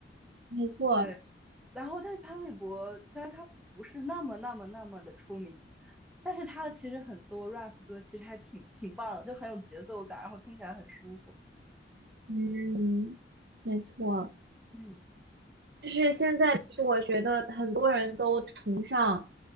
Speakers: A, on the right (about 65°); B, in the centre.
A: 没错。
B: 对，然后但是潘玮柏虽然他不是那么那么那么的出名，但是他其实很多 rap 歌其实还挺挺棒的，就很有节奏感，然后听起来很舒服，
A: 嗯，没错。
B: 嗯
A: 就是现在，其实我觉得很多人都崇尚